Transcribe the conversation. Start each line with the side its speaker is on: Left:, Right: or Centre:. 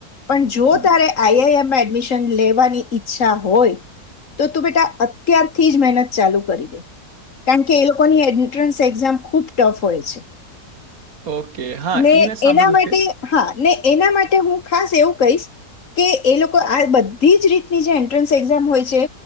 Left: પણ જો
Right: હમ.
Left: તારે આઈ આઈ એમ. એડમિન લેવાની ઈચ્છા હોય તો તું બેટા અત્યારથી જ મહેનત ચાલુ કરી દે કારણ કે એ લોકોની એન્ટ્રસ એઝામ ખુબ ટફ હોય છે
Right: ઓકે. હા,
Left: ને
Right: ઈ મેં સાંભળ્યું
Left: એના માટે
Right: છે.
Left: હા ને એના માટે હું ખાસ એવું કહીશ, કે એ લોકો આ બધ બધી જ રીતની જે એન્ટ્રન્સ એક્ઝામ હોય છે.